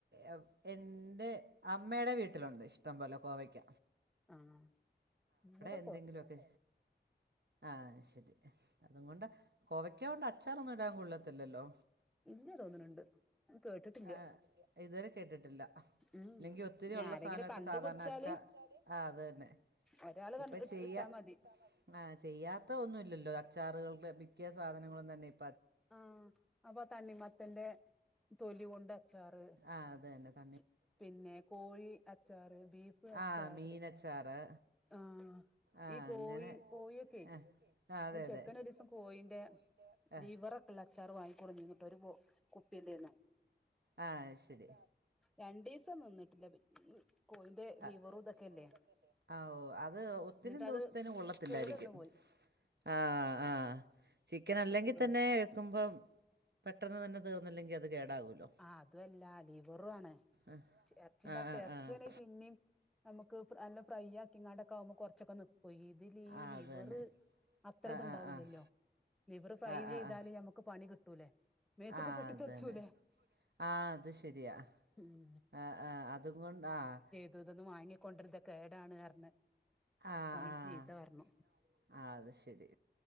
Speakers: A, on the right; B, in the centre.
A: ഏ എന്റെ അമ്മേടെ വീട്ടിലുണ്ട് ഇഷ്ടം പോലെ കോവയ്ക്ക.
B: ആഹ് ഇവടെ
A: എന്തെങ്കിലൊക്കെ ആഹ് ശെരി അത്കൊണ്ടാ കോവയ്ക്കാ അച്ചാറൊന്നും ഇടാൻ കൊള്ളത്തില്ലല്ലോ?
B: ഇല്ല തോന്നണുണ്ട് കേട്ടിട്ടില്ല
A: ആഹ് ഇതുവരെ കേട്ടിട്ടില്ല.
B: ഉം
A: ഇല്ലെങ്കി ഒത്തിരി
B: ഇനി
A: ള്ള
B: ആരെങ്കിലും
A: സാനോക്കെ
B: കണ്ടുപിടിച്ചാല്
A: സാധാരണ അച്ച ആഹ് അതന്നെ.
B: ഒരാള് കൺ
A: ഇപ്പൊ
B: ഇട്ട്
A: ചെയ്യ
B: ഇട്ടാ മതി
A: ആഹ് ചെയ്യാ ത്ത ഒന്നുല്ലല്ലോ അച്ചാറുകൾ മിക്ക്യ സാധനങ്ങളും തന്നെ ഇപ്
B: ആഹ് അപ്പൊ തണ്ണിമത്തന്റെ തൊലി കൊണ്ട് അച്ചാറ്
A: ആഹ് അതന്നെ ത
B: ച് പിന്നെ കോഴി അച്ചാറ് ബീഫ് അച്ചാറ്.
A: ആ മീനച്ചാറ്
B: ആഹ്..
A: ആ
B: ഈ കോയി
A: അങ്ങനെ
B: കോയി ഒക്കെ
A: ആ അതെ
B: ചെക്കന്
A: അതെ
B: ഒരീസം
A: ചെക്കനൊരീസം
B: കോയീന്റെ
A: കോയിന്റെ ആ
B: ലിവറൊക്കെള്ള അച്ചാറ് വാങ്ങികൊട്നീനെ ഒരു ബോ കുപ്പിലേന്നു.
A: ആഹ് ശെരി.
B: രണ്ടീസം നിന്നിട്ടില്ല. <unintelligible> കോയിന്റെ
A: ആഹ്
B: ലിവറു തൊക്കെല്ലേ
A: ലിവറുതൊക്കെല്ലേ ആഹ് ഓഹ് അത് ഒത്തിരി
B: ന്ന്ട്ട്
A: ദിവസത്തേന്
B: അത്
A: കൊള്ളത്തില്ലായിരിക്കും
B: കേടന്നു പോയി. <inaudible>
A: ആഹ് ആഹ് ചിക്കൻ അല്ലെങ്കി
B: ആഹ്
A: തന്നെ വെക്കുമ്പം പെട്ടെന്ന് തന്നെ തീർന്നില്ലെങ്കി അത് കേടാവോല്ലോ.
B: ആഹ് അതുല്ല ലിവറു ആണ്
A: ആഹ്
B: എർച്ചിന്റാത്
A: ആഹ്
B: എർച്യാണെ പിന്നി നമക്ക് നല്ല ഫ്രൈ ആക്കി ങ്ങാണ്ടക്കെ ആവുമ്പോ കുറച്ചൊക്കെ ന്ക്കു ഈ ഇതില് ഈ
A: ആഹ് ആഹ്
B: ലിവർ
A: ആഹ് ആഹ് ആഹ് ആഹ് അത് തന്നെ
B: അത്രത്ണ്ടാവൂല്ലല്ലോ
A: ആഹ് ആഹ് ആഹ്
B: ലിവർ ഫ്രൈ
A: ആഹ്
B: ചെയ്താല്
A: ആഹ് ആഹ്
B: ഞമ ക് പണികിട്ടൂലേ മേത്തൊക്ക്
A: ആഹ്
B: പൊട്ടിത്തെറിച്ചുലേ?
A: അത് തന്നെ ആഹ് അത് ശെരിയാ
B: ഉം
A: ആഹ് ആഹ് അതു കൊണ്ട് ആഹ്
B: ത് തൊന്നും വാങ്ങിക്കൊണ്ട്ര് ത് കേടാണ് ർണ്.
A: ആഹ്
B: ഓനെ
A: ആഹ്
B: ചീത്ത പർണു
A: ആ അത് ശരി